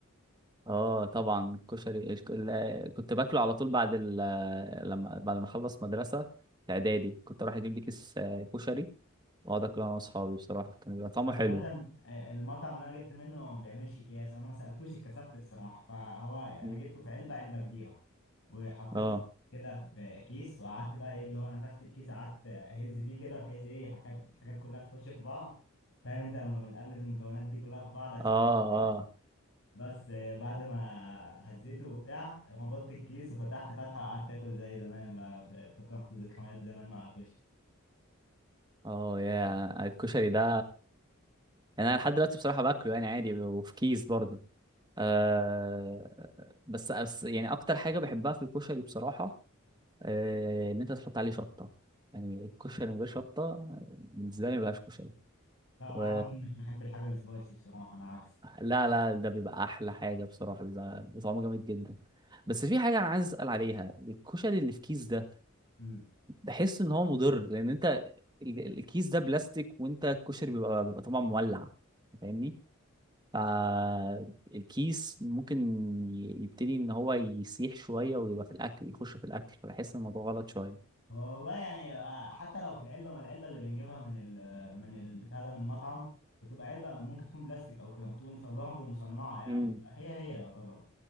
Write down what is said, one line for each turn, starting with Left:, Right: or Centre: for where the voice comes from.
Right: اه طبعا الكشري الك- ال- كنت باكله على طول بعد ال... لما بعد ما اخلص مدرسه في اعدادي كنت اروح اجيب لي كيس آه، كشري واقعد اكله انا واصحابي بصراحه كان بيبقى طعمه
Left: انا عامه
Right: حلو
Left: آه، المطعم اللي انا جبت منه ما بيعملش اكياس وانا ما سالتوش اتكسفت بصراحه فهو يعني
Right: مم.
Left: انا جبته في علبه علبه كبيره وحطيتها
Right: اه
Left: كده في كيس وقعدت بقى ايه اللي هو نفخت الكيس قعدت اهز فيه كده بحيث ايه حاجات الحاجات كلها تخش في بعض فاهم انت لما بنقلب المكونات دي كلها في بعض عشان
Right: اه
Left: نعمل
Right: اه
Left: mix؟ بس آه، بعد ما هزيته وبتاع ربطت الكيس وفتحت فتحة وقعدت اكل زي زمان بقى ف- افتكرت ذكريات زمان مع الكشري
Right: اه يا الكشري ده يعني انا لحد دلوقتي بصراحه باكله يعني عادي وفي كيس برضه آه بس أس يعني اكتر حاجه بحبها في الكشري بصراحه آه ان انت تحط عليه شطه يعني الكشري من غير شطه آه، بالنسبه لي ما بيبقاش كشري
Left: لا وانا
Right: و...
Left: عامة مش بحب الحاجة السبايسي بصراحة انا عكسك
Right: لا لا ده بيبقى احلى حاجه بصراحه بيبقى بيبقى طعمه جامد جدا بس في حاجه انا عايز اسال عليها الكشري اللي في كيس ده
Left: امم
Right: بحس ان هو مضر لان انت ال- الكيس ده بلاستيك وانت الكشري بيبقى بيبقى طبعا مولع فاهمني فالكيس ممكن ي- يبتدي ان هو يسيح شويه ويبقى في الاكل يخش في الاكل فبحس إن الموضوع غلط شويه
Left: هو والله يعني آه، حتى لو في العلبة ما العلبة اللي بنجيبها من ال من البتاع ده من المطعم بتبقى علبة ممكن تكون بلاستيك او كرتون فبرضه مصنعة يعني
Right: امم
Left: هي هي يعتبر